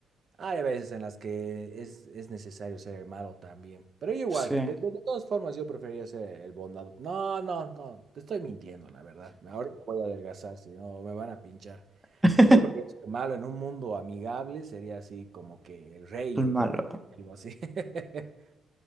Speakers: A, on the right; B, in the centre.
A: hay veces en las que es, es necesario ser el malo también. Pero yo igual,
B: Sí.
A: de, de- de todas formas yo prefería ser el bondado. No, no, no, te estoy mintiendo, la verdad. Me- Ahorita voy a adelgazar, si no me van a pinchar.
B: <laughs>
A: Yo prefiero ser malo en un mundo amigable, sería así como que el rey,
B: El
A: yo
B: malo.
A: creo que algo así. <laughs>